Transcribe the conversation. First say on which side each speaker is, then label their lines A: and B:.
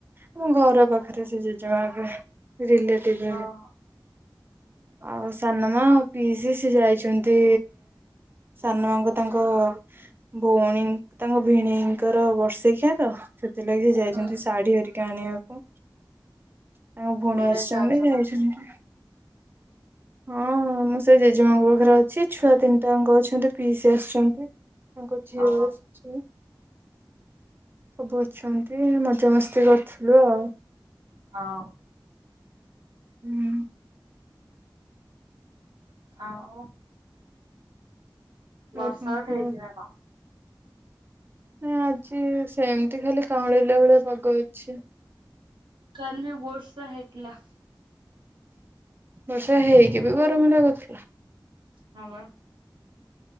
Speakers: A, on the right; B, on the right.
A: ଆ ଘର ପାଖରେ ସେ ଜେଜେମା ହେବେ ରିଲେଟି ଭ
B: ହଉ
A: ଆଉ ସାନମା ପିଇସି ସିଏ ଯାଇଛନ୍ତି ସାନ ମାଙ୍କୁ ତାଙ୍କ ଭଉଣୀ ତାଙ୍କ ଭିଣେଇଙ୍କର ବର୍ଷେକିଆ ତ ସେଥିଲାଗି ସେ ଯାଇଛନ୍ତି
B: ହୁଁ
A: ଶାଢୀ ହେରିକା ଆଣିବାକୁ। ତାଙ୍କ ଭଉଣୀ
B: ଘରେ
A: ଆସିଛନ୍ତି
B: ଏକା ଅଛ
A: ଯାଇଛନ୍ତି
B: ନା?
A: ହଁ। ସେ ଜେଜେମାଙ୍କ ପାଖରେ ଅଛି ଛୁଆ ତିନିଟା ଙ୍କ ଅଛନ୍ତି ପିଇସି ଆସିଛନ୍ତି। ତାଙ୍କ ଝିଅ
B: ଓ
A: ଆସିଛି। ସବୁ ଅଛନ୍ତି ମଜାମସ୍ତି କରୁଥିଲୁ ଆଉ
B: ହଁ।
A: ହୁଁ।
B: ଆଉ ବର୍ଷା
A: ଆଉ କଣ
B: ଉଠେଇଛି
A: କୁହ?
B: ନା କଣ?
A: ନାଁ ଆଜି ସେମିତି ଖାଲି କାଉଁଳେଇା ଭଳିଆ ପାଗ ଅଛି।
B: କାଲି ଵର୍ଷା ହୋଇଥିଲା।
A: ବର୍ଷା ହେଇକି ବି ଗରମ ଲାଗୁଥିଲା।
B: ହ ବା।